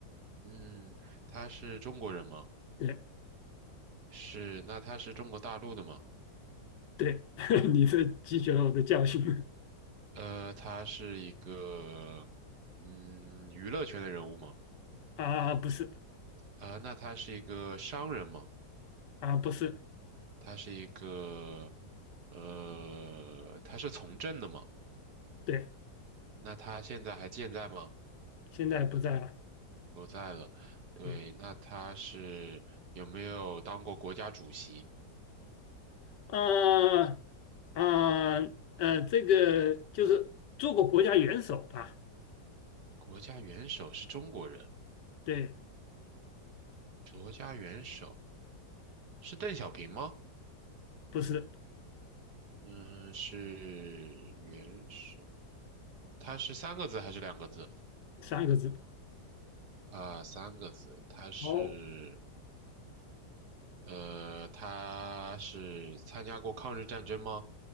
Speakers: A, on the right; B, on the left.
A: 嗯，他是中国人吗？
B: 对。
A: 是，那他是中国大陆的吗？
B: 对，<laughs> 你是汲取了我的教训
A: 呃，他是一个嗯娱乐圈的人物吗？
B: <laughs> 啊，不是
A: 呃，那他是一个商人吗？
B: 啊，不是，
A: 他是一个，呃，他是从政的嘛？
B: 对，
A: 那他现在还健在吗？
B: 现在不在了，
A: 不在了。对，
B: 嗯，
A: 那他是有没有当过国家主席？
B: 啊啊呃，这个就是做过国家元首吧？
A: 国家元首是中国人，
B: 对，
A: 国家元首是邓小平吗？
B: 不是
A: 嗯，是元首。他是三个字还是两个字？
B: 三个字，
A: 啊，三个字。他是，
B: 哦，
A: 呃，他是参加过抗日战争吗？